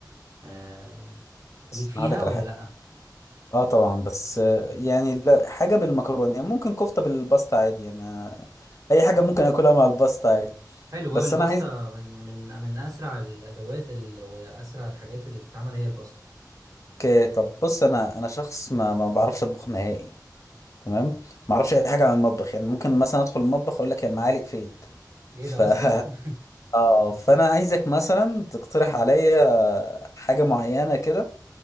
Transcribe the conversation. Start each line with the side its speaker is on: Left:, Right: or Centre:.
Right: آه... ليك
Left: بس
Right: فيها
Left: انا هقول لك
Right: ولا
Left: على حاجه
Right: لأ
Left: اه طبعا بس آه، يعني لا حاجه بالمكرونه يعني ممكن كفته بالباستا عادي يعني آه، اي حاجه ممكن اكلها مع الباستا عادي
Right: حلو
Left: بس
Right: أوي الباستا
Left: انا عايزك
Right: من من من أسرع الأدوات ال... وأسرع الحاجات اللي بتتعمل هي الباستا
Left: آه، طب بص انا انا شخص ما ما بعرفش اطبخ نهائي تمام ما اعرفش اي حاجه عن المطبخ يعني ممكن مثلا ادخل المطبخ اقول لك المعالق فين
Right: ايه
Left: ف
Right: ده
Left: <laughs>
Right: أصلا؟
Left: اه فانا عايزك مثلا تقترح عليا حاجه معينه كده